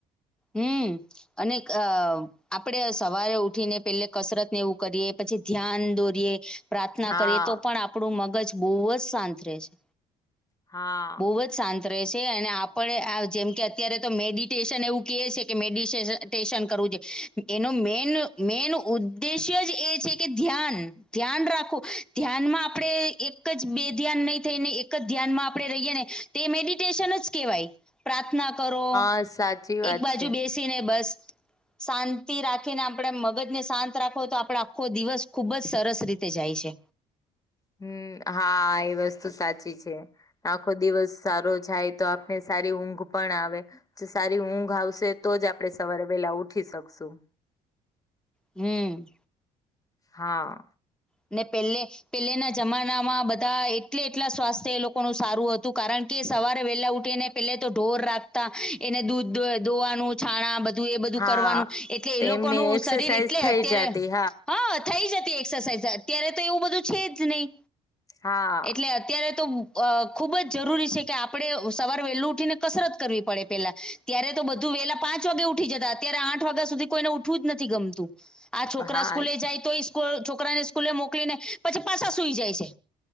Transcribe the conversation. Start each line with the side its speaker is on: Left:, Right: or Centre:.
Centre: હમ. અનેક અ આપડે સવારે ઉઠીને પેલે કસરત ને એવું કરીએ, પછી ધ્યાન દોરીએ, પ્રાર્થના
Left: હા
Centre: કરીએ તો પણ આ પડું મગજ બહુ જ શાંત રહેે છે.
Left: હા.
Centre: બહુ જ શાંત રહેશે. અને આપડે આ જેમ કે અત્યારે તો મેડિટેશન એવું કેયે છે કે, મેડિસેશ ટેશન કરવું જો એનો મેન મેન ઉદ્દેશ્ય જ એ છે કે ધ્યાન, ધ્યાન રાખો. ધ્યાનમાં આપણે એક જ બે ધ્યાન નહી થઈને એક ક જ ધ્યાનમાં આપડે રહીએ ને તે મેડિટેશન જ કેહેવાય. પ્રાર્થના કરો
Left: વાત સાચી. વાત
Centre: એક બાજુ
Left: છે
Centre: બેસીને બસ શાંતિ રાખીને આપડે મગજને શાંત રાખવો તો, આપડે આખો દિવસ ખુબ જ સરસ રીતે જાય છે.
Left: હમ, હા. એ વસ્તુ સાચી છે. આખો દિવસ સારો જાય તો, આપને સારી ઊંઘ પણ આવે. જો સારી ઊંઘ આવશે, તો જ આપડે સવારે વેલા ઉઠી શકશું.
Centre: હમ.
Left: હા.
Centre: મે પેલ્લે પેલેના જમાનામાં બધા એટલે, એટલા સ્વાસ્થ્ય એ લોકોનું હતું, કારણ કે સવારે વહેલા ઉઠીને પેલે તો ઢોર રાખતા એને દૂધ દોય દોહવાનું, છાણા બ ધુ એ બધું
Left: હા
Centre: કરવાનું. એટલે એ
Left: તેમને
Centre: લોકોનું
Left: એક્સરસાઇઝ
Centre: શરીર એટલે
Left: થઈ
Centre: અત્યારે,
Left: જતી
Centre: હા થઈ જતી એક્સરસાઇઝ. અત્યારે તો એવું બધું છે જ નહી
Left: હા
Centre: એટલે અત્યારે તો અ ખુબ જ જરૂરી છે કે, આપડે સવાર વેલું ઉઠીને કસરત કરવી પડે પેલા. ત્યારે તો બધું વેલા પાંચ વાગે ઉઠી જતા. અત્યારે આઠ વાગ્યા સુધી કોઈને ઉઠવું જ નથી ગમતું. આ છોકરા
Left: હા
Centre: સ્કૂલે જાય તોયે સ્કુ છોકરાને સ્કૂલે મોકલી ને પછી પાસા સુઈ જાય છે.